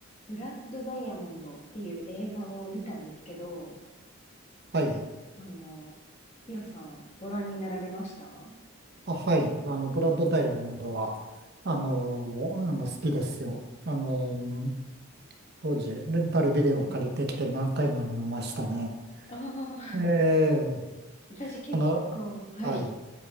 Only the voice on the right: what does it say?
はい。
あ、はい。あの、ブラッドダイヤモンドは、あの、あの、好きですよ。あの、当時、レンタルビデオを借りてきて何回も見ましたね。
ええ
あの、
はい。